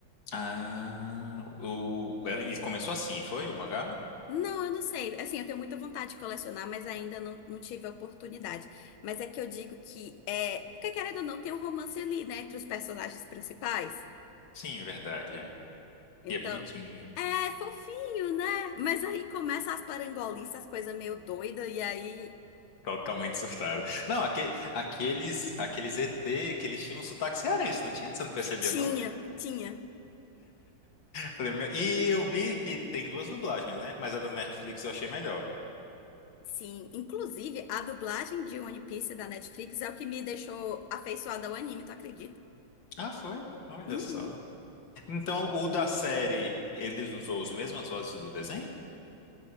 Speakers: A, on the left (about 65°); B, on the left (about 80°).
A: Ah, o, ele começou assim, foi o mangá?
B: Não, eu não sei. Assim, eu tenho muita vontade de colecionar, mas ainda não, não tive a oportunidade. Mas é que eu digo que é. Porque querendo ou não, tem um romance ali, né? Entre os personagens principais.
A: Sim, é verdade, é.
B: Então,
A: E é bonitinho.
B: é é fofinho, né? Mas aí começa as parangolices, as coisas meio doida e aí
A: Totalmente <laughs> surtada. Não, aque- aqueles, aqueles ET que eles tinham um sotaque cearense, não tinha? Você não percebia,
B: tinha,
A: não?
B: tinha.
A: Falei, meu- E eu vi que tem duas dublagens, né? Mas a da Netflix eu achei melhor.
B: Sim, inclusive a dublagem de One Piece da Netflix é o que me deixou afeiçoada ao anime, tu acredita?
A: Ah, foi? Olha
B: Uhum.
A: só. Então, o da série, eles usou as mesmas vozes do desenho?